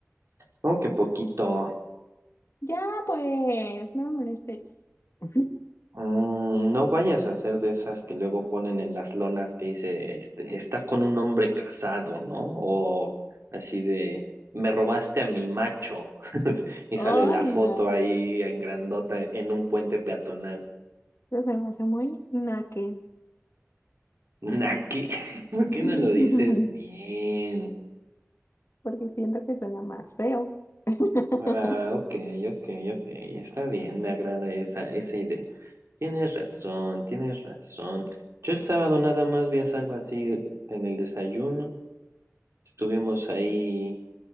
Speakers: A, on the right (about 65°); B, on the left (about 60°).
A: Como que poquito.
B: Ya, pues, no me molestes. <laughs>
A: Mm, no vayas a hacer de esas que luego ponen en las lonas que dice, este, está con un hombre casado, ¿no? O así de, me robaste a mi macho. <laughs> Y
B: Ay,
A: sale la foto
B: no.
A: ahí en grandota en un puente peatonal.
B: Eso se me hace muy naque.
A: Naki, <laughs> ¿por
B: <laughs>
A: qué no lo dices bien?
B: Porque siento que suena más feo. <laughs>
A: Ah, ok, ok, ok, está bien, me agrada esa, esa idea. Tienes razón, tienes razón. Yo el sábado nada más vi a Salva así en el desayuno. Estuvimos ahí